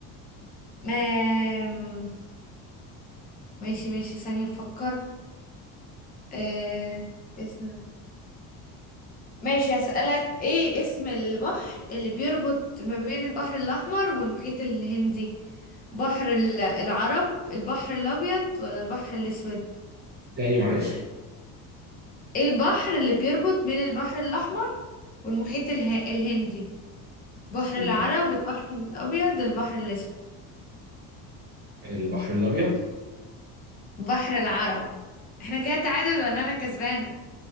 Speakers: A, on the left; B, on the right.
A: <laughs> آم، ماشي ماشي ثانية أفكر آه... اسم ماشي هسألك ايه اسم البحر اللي بيربط ما بين البحر الأحمر والمحيط الهندي بحر ال- العرب البحر الأبيض ولا البحر الأسود
B: تاني معلش
A: ايه البحر اللي بيربط بين البحر الأحمر والمحيط اله... الهندي بحر
B: البحر
A: العرب البحر الأبيض البحر الأسود
B: البحر الأبيض
A: بحر العرب احنا كده تعادل ولا أنا كسبانة